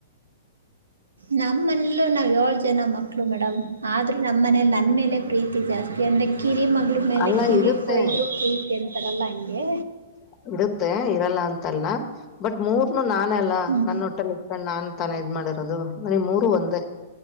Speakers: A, on the right (about 75°); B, on the left (about 35°).
A: ನಮ್ಮನಲ್ಲೂ ನಾವವು ಏಳು ಜನ ಮಕ್ಳು ಮೇಡಮ್ ಆದ್ರೂ ನಮ್ಮ ಮನೇಲಿ ನನ್ ಮೇಲೆ ಪ್ರೀತಿ ಜಾಸ್ತಿ ಅಂದ್ರೆ ಕಿರಿ ಮಗಳ ಮೇಲೆ
B: ಅಲ್ಲ
A: ಕಿರಿ
B: ಇರುತ್ತೆ
A: ಕೊೋಯ್ದ್ರು ಪ್ರೀತಿ ಅಂತಾರಲ್ಲ ಹಂಗೆ
B: ಇಡುತ್ತೆ ಇರಲ್ಲ ಅಂತಲ್ಲ ಬಟ್ ಮೂರ್ನು ನಾನ ಅಲ್ಲಾ
A: ಹ್ಞೂ
B: ನನ್ನೊಟ್ಟಲ್ಲಿ ನಾನ್ ತನ ಇದ್ ಮಾಡಿರೋದು ನನ ಮೂರು ಒಂದೇ